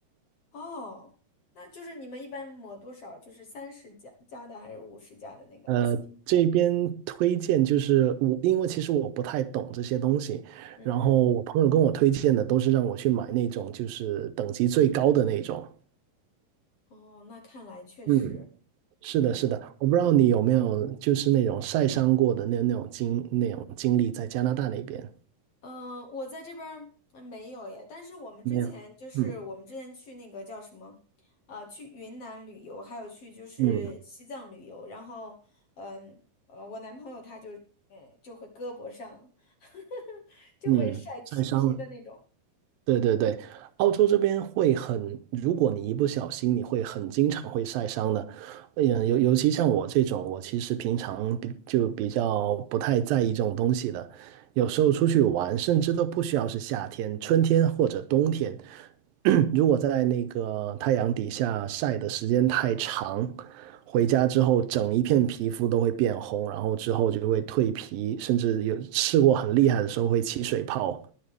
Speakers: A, on the left; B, on the right.
A: 哦，那就是你们一般抹多少？就是三十加加的还是五十加的那个
B: 呃，
A: SP？
B: 这边推荐就是我，因为其实我不太懂这些东西，
A: 嗯嗯，
B: 然后我朋友跟我推荐的都是让我去买那种就是等级最高的那种。
A: 哦，那看来确实
B: 嗯，是的，
A: 对。
B: 是的，我不知道你有没有就是那种晒伤过的那那种经那种经历在加拿大那边
A: 呃，我在这边儿呃没有耶，但是我们之前就是我们之前去那个叫什么，
B: 没有？嗯
A: 呃，去云南旅游，还有去就是西藏旅游，
B: 嗯
A: 然后，嗯呃，我男朋友他就，呃，就会胳膊上 <laughs> 就会晒起皮的那种。
B: 嗯，晒伤了。对对对，澳洲这边会很，如果你一不小心，你会很经常会晒伤的。嗯，尤尤其像我这种，我其实平常比就比较不太在意这种东西的。有时候出去玩，甚至都不需要是夏天、春天或者冬天，<clears throat> 如果在那个太阳底下晒的时间太长，回家之后整一片皮肤都会变红，然后之后就会蜕皮，甚至有试过很厉害的时候会起水泡。